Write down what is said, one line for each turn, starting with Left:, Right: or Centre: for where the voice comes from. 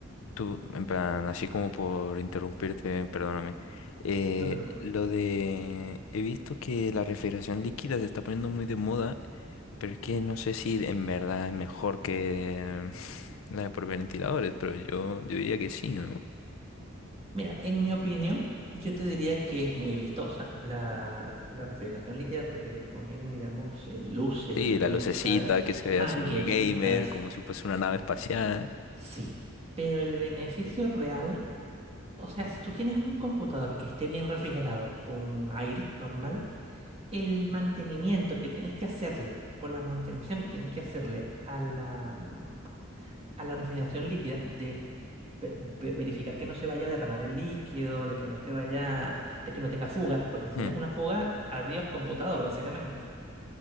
Left: Tú, en plan, así como por interrumpirte, perdóname. Eh,
Right: No te preocupes.
Left: lo de... He visto que la refrigeración líquida se está poniendo muy de moda, pero es que no sé si en verdad es mejor que <laughs> la de por ventiladores, pero yo, yo diría que sí, ¿no?
Right: Mira, en mi opinión, yo te diría que es muy vistosa la, la refrigeración líquida porque le ponen, digamos, eh, luces
Left: Sí,
Right: y le ponen
Left: la lucecita
Right: estas
Left: que se ve
Right: mangueritas.
Left: así muy gamer, como si fuese una nave espacial.
Right: Sí, pero el beneficio real, o sea, si tú tienes un computador que esté bien refrigerado con aire normal, el mantenimiento que tienes que hacerle o la mantención que tienes que hacerle a la, mm, a la refrigeración líquida, de ve- ve- verificar que no se vaya a derramar el líquido, de que no te vaya, de que no tenga fugas, porque si tienes
Left: Mm.
Right: una fuga, adiós computador, básicamente.